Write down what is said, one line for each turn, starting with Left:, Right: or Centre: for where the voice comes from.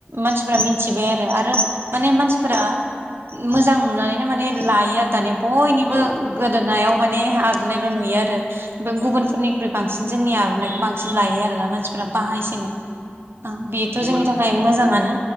Right: मानसिफोरा मिथिबाय आरो आरो माने मानसिफोरा मोजां नुनानैनो माने लायो आरो दानिया बयनिबो
Centre: औ
Right: गोदोनायाव माने आर'नायल' नुयो आरो ओ गुबुन फोरनिख्रइ बांसिन।
Centre: औ
Right: जोंनि आर'नाइखौ बांसिन लायो आरोना मानसिफोरा बाहायसिनो औ बेथ'
Centre: गुबुन
Right: जोंनि थाखाय मोजाङानो